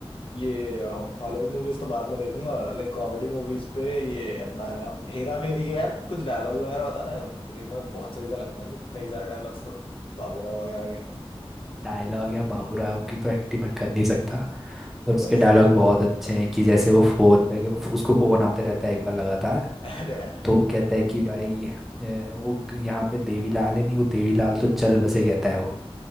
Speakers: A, on the left; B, in the centre.
A: ये हॉलीवुड मूवीज तो बाद में देखूंगा लाइक कॉमेडी मूवीज पे ये अपना हेरा फेरी के यार कुछ डायलॉग वगैरह बता ना लाइक मुझे बहुत सही से लगते हैं कुछ- कई सारे डायलॉग्स तो बाबूराव वगैरह के
B: डायलॉग या बाबू राव की तो एक्टिंग मैं कर नहीं सकता पर उसके
A: कोई
B: डायलॉग
A: नहीं
B: बहुत अच्छे हैं कि जैसे वो फोन पे उसको फोन आते रहता है एक बार लगातार
A: अरे यार
B: तो वो कहता है कि भाई अ, वो यहाँ पे देवीलाल है नहीं वो देवीलाल तो चल बसे कहता है वो